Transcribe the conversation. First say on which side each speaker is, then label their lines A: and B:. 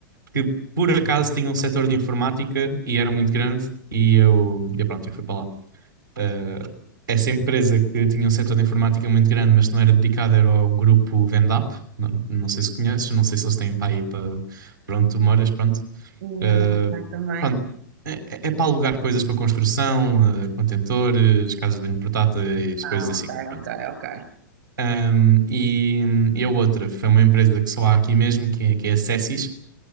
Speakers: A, on the right; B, on the right.
A: que por acaso tinha um setor de informática e era muito grande e eu, e pronto, eu fui para lá. Uh, essa empresa que tinha um setor de informática muito grande, mas não era dedicada, era ao grupo Vendap. Não, não sei se conheces, não sei se eles têm para aí para, para onde tu moras, pronto.
B: Hum,
A: Uh,
B: Não sei também.
A: pronto, é, é é para alugar coisas para construção, uh, contentores, casas de banho portáteis, coisas
B: Ah,
A: assim.
B: ok,
A: Pronto.
B: ok, ok.
A: Um, e, e a outra foi uma empresa que só há aqui mesmo, que é, que é a Cessis,